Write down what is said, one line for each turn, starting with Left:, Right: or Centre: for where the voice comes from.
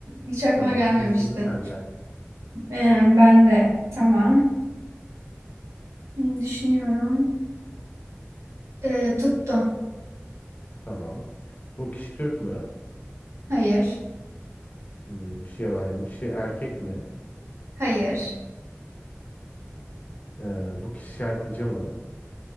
Right: Hiç aklıma
Left: Tamam
Right: gelmemişti.
Left: şimdi sıra sende.
Right: Ee, ben de. Tamam. Hmm, Düşünüyorum. Ee, tuttum.
Left: Tamam. Bu kişi Türk mü?
Right: Hayır.
Left: Hmm, bu kişi yabancı. Bu kişi erkek mi?
Right: Hayır.
Left: Ee, bu kişi şarkıcı mı?